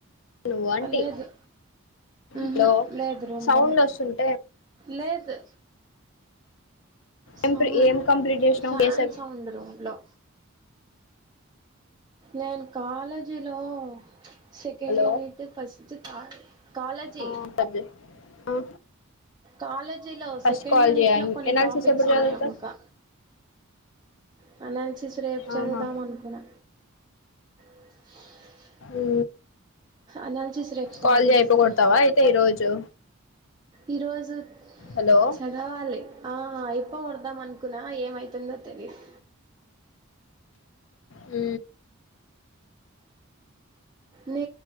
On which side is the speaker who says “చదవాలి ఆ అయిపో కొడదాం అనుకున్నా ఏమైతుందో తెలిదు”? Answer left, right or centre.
Right